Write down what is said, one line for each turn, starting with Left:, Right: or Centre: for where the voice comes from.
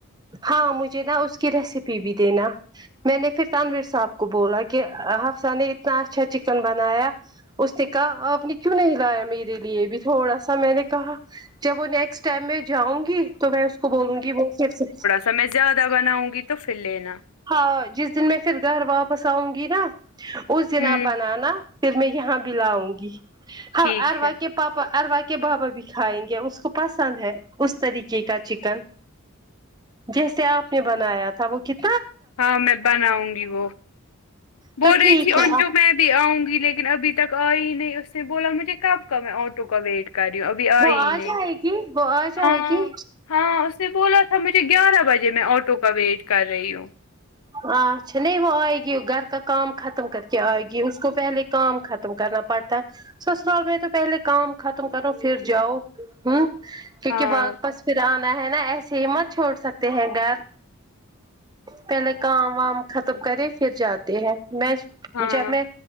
Right: ہاں مجھے نا اس کی ریسیپی بھی دینا میں نے پھر تنویر صاحب کو بولا کہ حفسہ نے اتنا اچھا چکن بنایا اس نے کہا آپ نے کیوں نہیں لایا میرے لیے بھی تھوڑا سا میں نے کہا جب وہ نیکسٹ ٹائم میں جاؤں گی تو میں اس کو بولوں گی وہ پھر سے
Left: س میں زیادہ بناؤں گی تو پھر لینا
Right: ہاں جس دن میں پھر گھر واپس آؤں گی نا اس دن
Left: ہوں
Right: اب بنانا پھر میں یہاں بھی لاؤں گی
Left: ٹھیک
Right: ار
Left: ہے
Right: وا کے پاپا اروا کے بابا بھی کھائیں گے اس کو پسند ہے اس طریقے کا چکن جیسے آپ نے بنایا تھا وہ ک
Left: ہاں میں بناؤں گی وہ ب
Right: تو ٹھیک
Left: رہی تھی اور
Right: ہے
Left: جو میں اب بھی آؤں گی لیکن ابھی تک آئی ہی نہیں اس نے بولا مجھے کب کا میں آٹو کا ویٹ کر رہی ہوں ابھی
Right: وہ
Left: آئی
Right: آ
Left: نہیں
Right: جائے گی وہ آ جائے
Left: ہاں
Right: گی
Left: ہاں اسے بولا تھا مجھے گیارہ بجے ج میں آٹو کا ویٹ کر رہی ہوں
Right: اچھا نہیں وہ آئے گی گھر کا کام ختم کر کے آئے گی اس کو پہلے کام ختم کرنا پڑتا سسرال میںیر تو پہلے کام ختم کرو پھر جاؤ ہوں کیونکہ
Left: ہاں
Right: واپس پھر آنا ہے نا ایسے ہی مت چھوڑ سکتے ہیں گھر پہلے کام وام ختم کرے پھر جاتے ہیں میں
Left: ہاں
Right: جب میں